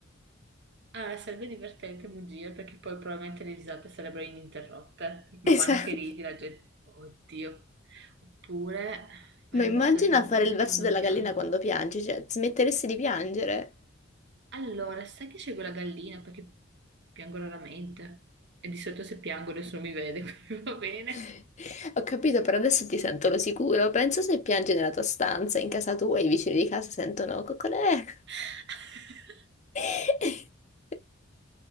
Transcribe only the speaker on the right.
Ah, sarebbe divertente mugire perché poi probabilmente le risate sarebbero ininterrotte. Man
mano che ridi la gente... Oddio. Oppure fare
il verso da gallina
quando
piango.
Allora, sai che scelgo la gallina perché piango raramente. E di solito se piango nessuno mi vede, <laughs> quindi va bene.
<laughs>